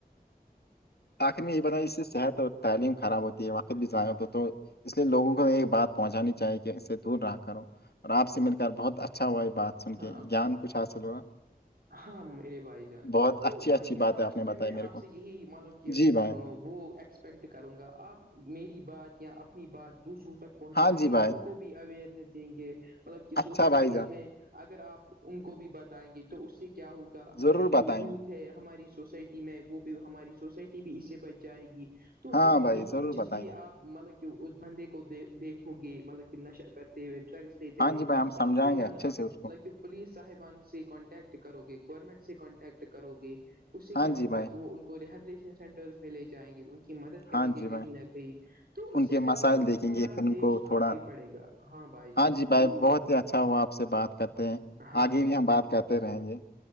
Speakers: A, on the left (about 80°); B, on the right (about 65°).
A: آخر میں یہ بتا اس سے صحت اور تعلیم خراب ہوتی ہے وقت بھی ضائع ہو تو تو اس لیے لوگوں کو یہ بات پہنچانی چاہی کہ اس سے دور رہا کرو اور آپ سے مل کر بہت اچھا ہوا یہ بات سن کے
B: ہاں
A: گیان کچھ حاصل ہوا
B: ہاں میرے بھائی جان
A: بہت
B: تو
A: اچھی
B: مطلب
A: اچھی
B: کہ لاسٹ
A: بات ہے آپ نے بتائی
B: میں میں
A: میرے
B: آپ
A: کو
B: سے یہی مطلب کہ
A: جی بھائی
B: وہ ایکسپیکٹ کروں گا آپ میری بات یا اپنی بات دوسروں تک پہنچائیں
A: ہاں جی
B: گے
A: بھائی
B: ان کو بھی اویئرنیس دیں گے مطلب کہ
A: اچھا
B: سوسائٹیز
A: بھائی جان
B: میں اگر آپ ان کو بھی بتائیں گے تو اس سے کیا ہوگا ہماری
A: ضرور بتائیں
B: جو یوتھ
A: گے
B: ہے ہماری سوسائٹی میں وہ بھی ہماری سوسائٹی بھی اس سے بچ جائے گی تو
A: ہاں
B: جس
A: بھائی ضرور
B: جس
A: بتائیں
B: بھی
A: گے
B: آپ مطلب کہ اس بندے کو دیکھو گے مطلب کہ نشہ کرتے ہوئے ڈرگس
A: ہاں جی بھائی ہم سمجھائیں
B: فورنب
A: گے اچھے سے اس کو
B: لک پولیس صاحبان سے کانٹیکٹ کرو گے گورنمنٹ سے کانٹیکٹ کرو گے اس سے
A: ہاں
B: کیا ہوگا
A: جی بھائی
B: کہ وہ ان کو رییہبلیشن سینٹرس میں لے جائیں گے کی مدد کریں
A: ہاں
B: گے
A: جی بھائی
B: کہیں نہ کہیں تو اس
A: ان
B: سے
A: کے
B: کیا
A: مسائل
B: ہوگا
A: دیکھیں
B: کہ ہمارا
A: گے پھر ان
B: دیش
A: کو تھوڑا
B: آگے پڑے گا بھائی جان
A: ہاں جی بھائی
B: تو
A: بہت ہی اچھا ہوا آپ سے بات کرتے ہیں
B: ہاں
A: آگے
B: ہاں
A: بھی ہم
B: ہاں
A: بات کرتے رہیں گے